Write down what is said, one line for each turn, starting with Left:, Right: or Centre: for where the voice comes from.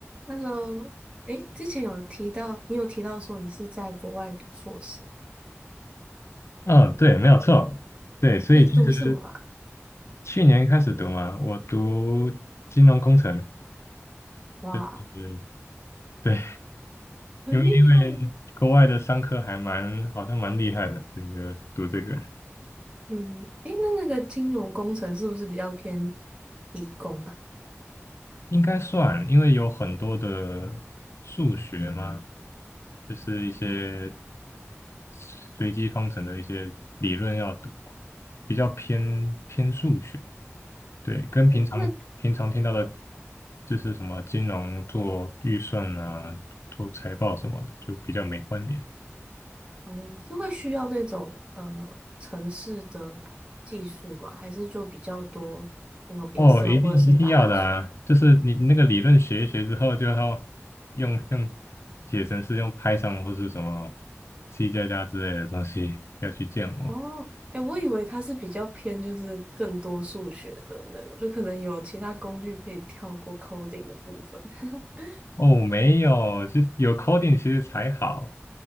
Right: Hello，哎，之前有提到，你有提到说你是在国外读硕士，
Left: 嗯，对，没有错，对，所以其实
Right: 你是读什么啊？
Left: 去年开始读嘛，我读金融工程，
Right: 哇，
Left: 就是对，
Right: 很厉害耶。
Left: 因为因为国外的商科还蛮好像蛮厉害的，这个读这个
Right: 嗯，哎，那那个金融工程是不是比较偏理工啊？
Left: 应该算，因为有很多的数学嘛，就是一些
Right: 嗯，
Left: 随机方程的一些理论要读哦，比较偏偏数学，对，跟平常平常听到的，
Right: 哎，那
Left: 就是什么金融做预算啊、做财报什么的，就比较没关联。
Right: 哦，是会需要那种呃城市的技术吗？还是就比较多那种
Left: 哦，
Right: Excel
Left: 一定一定要的啊！
Right: 或者是打字？
Left: 就是你你那个理论学一学之后，就要用用写成是用 Python 或是什么 C 加加之类的东西要去建模。
Right: 哦，哎，我以为它是比较偏就是更多数学的那种，就可能有其他工具可以跳过 coding 的部分。<laughs>
Left: 哦，没有，其实有 coding 其实才好，